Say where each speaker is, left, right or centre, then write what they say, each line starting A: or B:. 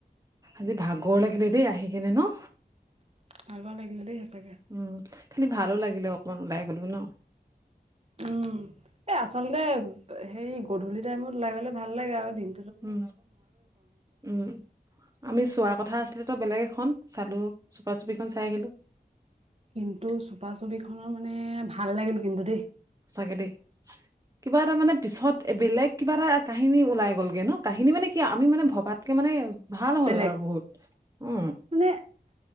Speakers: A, on the right; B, on the right.
A: আজি ভাগৰ লাগিলে দেই আহি কেনে ন?
B: ভাগৰ লাগিলে দেই সঁচাকে।
A: উম খালি ভালো লাগিলে অকমান ওলাই গলো ন?
B: উম এই আচলতে হেৰি গধূলি টাইমত ওলাই গলে ভাল লাগে আৰু দিন
A: উম, উম। আমি চোৱাৰ কথা আছিলটো বেলেগ এখন, চালো চুপা চুপিখন চাই আহিলো।
B: কিন্তু চুপা চুপিখনৰ মানে, ভাল লাগিল কিন্তু দেই।
A: চাগে দেই, কিবা এটা মানে পিছত বেলেগ কিবা এটা কাহিনী ওলাই গ'লগে ন। কাহিনী মানে কি আমি মানে ভবাতকে মানে ভাল হ'ল
B: বেলেগ
A: আৰু বহুত। উম।
B: মানে